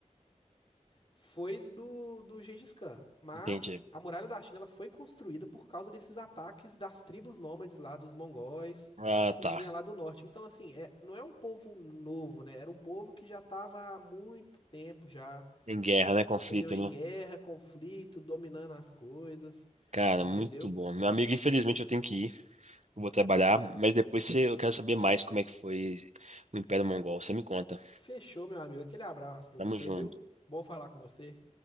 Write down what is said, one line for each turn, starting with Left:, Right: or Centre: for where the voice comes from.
Left: foi do, do Gengis Khan. Mas
Right: Entendi.
Left: a muralha da China ela foi construída por causa desses ataques das tribos nômades lá, dos mongóis,
Right: Ah,
Left: que
Right: tá.
Left: vinha lá do norte. Então, assim, é, não é um povo novo, né? Era um povo que já estava há muito tempo já,
Right: Em guerra, né? Conflito,
Left: entendeu? Em
Right: né?
Left: guerra, conflito, dominando as coisas,
Right: Cara,
Left: entendeu?
Right: muito bom. Meu amigo, infelizmente eu tenho que ir. Eu vou trabalhar, mas depois você- eu quero saber mais como é que foi o Império Mongol. Você me conta.
Left: Fechou, meu amigo. Aquele abraço pra
Right: Tamo
Left: você,
Right: junto.
Left: viu? Bom falar com você.